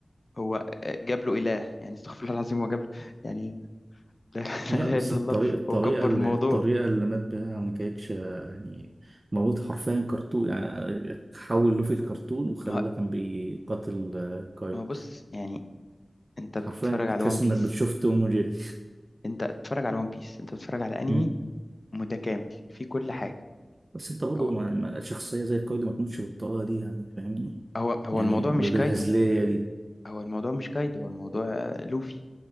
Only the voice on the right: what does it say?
لا
بس
الطريقة
الطريقة
اللي
الطريقة اللي مات بيها ما كانتش يعني موت حرفيا كرتون يعني حول لوفي الكرتون وخلاه
كان بيقاتل آه، كايو
حرفيا كنت
تحس
انك بتشوف توم وجيري
مم.
بس انت برضه
ما- ما- شخصية زي كايو دي ما تموتش بالطريقة دي يعني فاهمني
يعني
ب- بالهزلية
دي